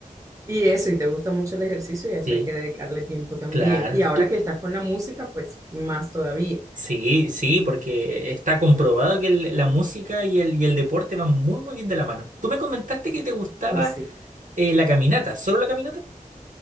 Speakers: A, on the right; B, on the right.
A: Y eso, y te gusta mucho el ejercicio y a eso
B: Sí,
A: hay que dedicarle tiempo también.
B: claro.
A: Y ahora
B: ¿Tú,
A: que estás con la música, pues más todavía.
B: Sí, sí, porque está comprobado que el- la música y el, y el deporte van muy, muy bien de la mano. Tú me comentaste que te gustaba
A: Pues sí.
B: eh, la caminata, ¿solo la caminata?